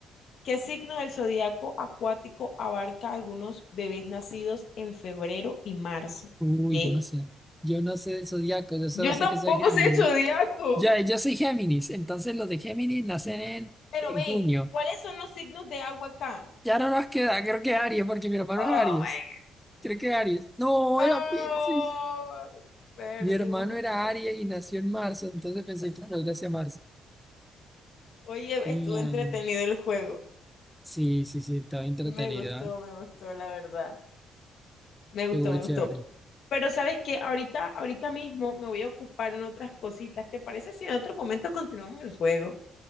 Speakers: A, on the left; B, in the centre.
A: ¿Qué signo del zodiaco acuático abarca algunos bebés nacidos en febrero y marzo?
B: Uy,
A: ¿Qué?
B: yo no sé. Yo no sé del zodiaco, yo solo
A: Yo
B: sé
A: tampoco
B: que soy Géminis.
A: sé el zodiaco.
B: Ya, yo soy Géminis, entonces los de Géminis nacen en,
A: Pero
B: en
A: ven,
B: junio.
A: ¿cuáles son los signos de agua acá?
B: Ya no nos queda, creo que Aries, porque mi hermano
A: Oh
B: es Aries.
A: my
B: Creo que Aries. No,
A: God.
B: era Piscis.
A: No. Perdimos,
B: Mi hermano
A: no
B: era
A: pues.
B: Aries y nació en marzo, entonces pensé que podría ser marzo.
A: Oye,
B: Mm,
A: estuvo entretenido el juego.
B: Sí, sí, sí, estaba entretenido,
A: Me gustó,
B: ¿eh?
A: me gustó, la verdad. Me gustó,
B: Estuvo
A: me
B: chévere.
A: gustó. Pero sabes que ahorita, ahorita mismo me voy a ocupar en otras cositas. ¿Te parece si en otro momento continuamos el juego?